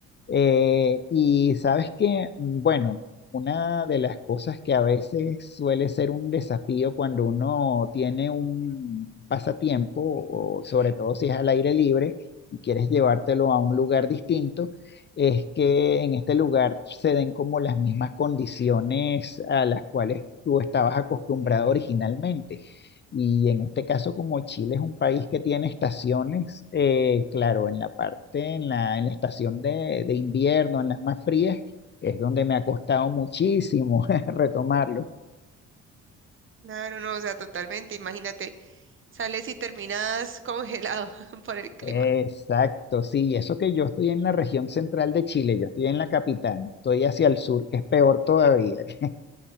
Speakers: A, on the left; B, on the right.
A: eh, y sabes que, bueno, una de las cosas que a veces suele ser un desafío cuando uno tiene un pasatiempo, o sobre todo si es al aire libre y quieres llevártelo a un lugar distinto es que en este lugar se den como las mismas condiciones a las cuales tú estabas acostumbrado originalmente. Y en este caso, como Chile es un país que tiene estaciones, eh, claro, en la parte, en la, en la estación de, de invierno, en las más frías, es donde me ha costado muchísimo <laughs> retomarlo.
B: Claro, no, o sea, totalmente, imagínate. Sales y terminas congelado <laughs> por el clima.
A: Exacto, sí, y eso que yo estoy en la región central de Chile, yo estoy en la capital, no estoy hacia el sur, que es peor todavía. <laughs>